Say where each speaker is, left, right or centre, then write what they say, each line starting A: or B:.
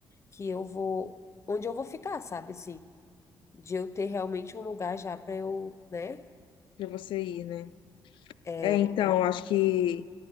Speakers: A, on the left; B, on the left.
A: que eu vou, onde eu vou ficar, sabe? Assim, de eu ter realmente um lugar já para eu, né?
B: pra você ir, né?
A: É,
B: É, então,
A: é...
B: acho que